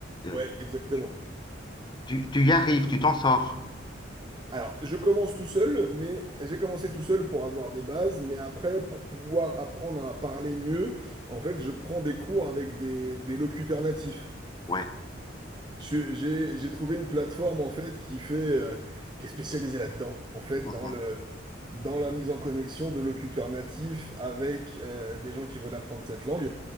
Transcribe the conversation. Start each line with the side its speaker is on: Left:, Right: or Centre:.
Left: Euh,
Right: ouais, exactement.
Left: tu, tu, tu y arrives, tu t'en sors.
Right: Alors, je commence tout seul, mais j'ai commencé tout seul pour avoir des bases, mais après, pour pouvoir apprendre à parler mieux, en fait, je prends des cours avec des, des locuteurs natifs.
Left: Ouais.
Right: Je- J'ai j'ai trouvé une plateforme en fait qui fait euh, qui est spécialisée là-dedans en fait
Left: Mhm.
Right: dans le dans la mise en connexion de locuteurs natifs avec euh, des gens qui veulent apprendre cette langue